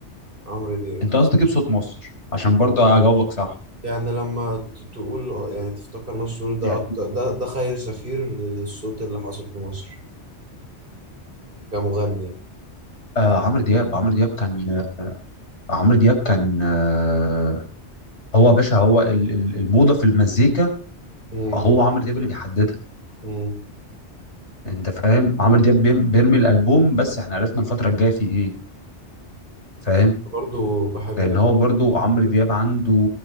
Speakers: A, on the right; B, on the left.
A: عمرو دياب
B: انت قصدك تجيب صوت مصر عشان برضه اجاوبك صح
A: يعني لما ت- تقول يعني تفتكر مسرور ده
B: يعني
A: اكتر ده ده خير سفير لل- للصوت اللي حاصل في مصر كمغني يعني
B: آه عمرو دياب عمرو دياب كان عمرو دياب كان آه هو يا باشا هو ال- ال- الموضه في المزيكا
A: امم
B: هو عمرو دياب اللي بيحددها
A: امم
B: انت فاهم عمرو دياب بيم- بيرمي الالبوم بس احنا عرفنا الفتره الجايه في ايه فاهم
A: برضه بحب
B: لان هو برضه
A: محمد منير.
B: عمرو دياب عنده